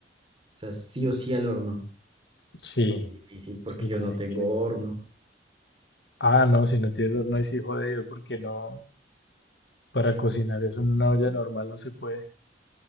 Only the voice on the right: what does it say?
O sea, sí o sí al horno.
Difícil porque
yo
no tengo
horno.